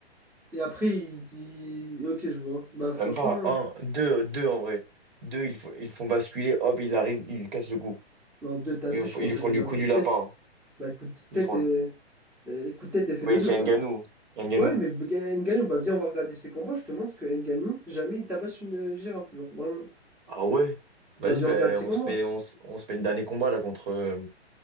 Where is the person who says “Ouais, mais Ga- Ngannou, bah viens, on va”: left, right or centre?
Centre